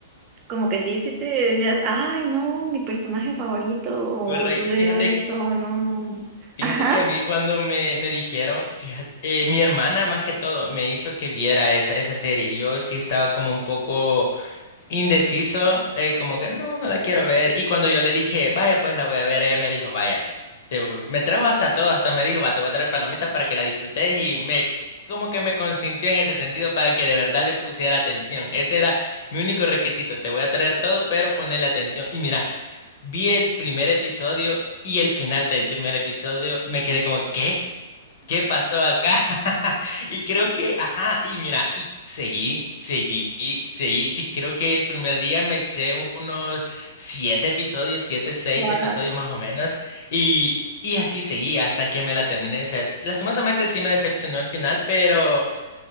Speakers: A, on the right; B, on the left.
A: como que sí, sí te decías, ay, no, mi personaje favorito, o
B: Correcto.
A: sucedió
B: Fíjate,
A: esto,
B: que-
A: o no.
B: fíjate
A: Ajá.
B: que a mí cuando me, me dijeron, fíjate, mi hermana más que todo me hizo que viera esa, esa serie. Yo sí estaba como un poco indeciso, eh, como que no, no la quiero ver. Y cuando yo le dije, vaya, pues la voy a ver, ella me dijo, vaya, te voy-". me trajo hasta todo, hasta me dijo, va, te voy a traer palomitas para que la disfrutes y me, como que me consintió en ese sentido para que de verdad le pusiera atención. Ese era mi único requisito, te voy a traer todo, pero ponle atención. Y mira, vi el primer episodio y el final del primer episodio, me quedé como, ¿qué? ¿Qué pasó acá? <laughs> Y creo que, ajá, y mira, y seguí, seguí, y seguí. Sí, creo que el primer día me eché unos siete episodios, siete, seis
A: Guau.
B: episodios más o menos, y, y así seguí hasta que me la terminé. O sea, s- lastimosamente sí me decepcionó el final, pero,